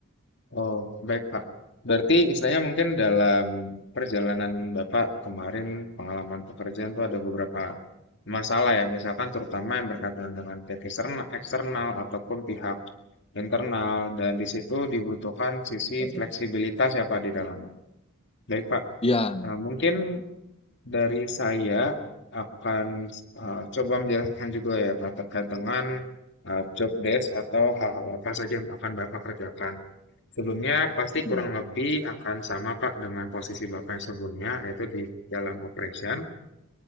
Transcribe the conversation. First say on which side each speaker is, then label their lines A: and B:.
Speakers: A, on the left (about 55°); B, on the left (about 25°).
A: oh baik Pak. Berarti istilahnya mungkin dalam perjalanan Bapak kemarin pengalaman pekerjaan itu ada beberapa masalah ya, misalkan terutama yang berkaitan dengan pihak eksternal, eksternal ataupun pihak internal dan di situ dibutuhkan sisi
B: Hmm.
A: fleksibilitas ya Pak di dalamnya. Baik Pak.
B: Ya.
A: Nah, mungkin Dari saya akan eh, coba menjelaskan juga ya Pak terkait dengan eh, job desk atau hal-hal apa saja yang akan Bapak kerjakan. Sebelumnya pasti kurang
B: Hmm.
A: lebih akan sama Pak dengan posisi Bapak yang sebelumnya yaitu di dalam operation.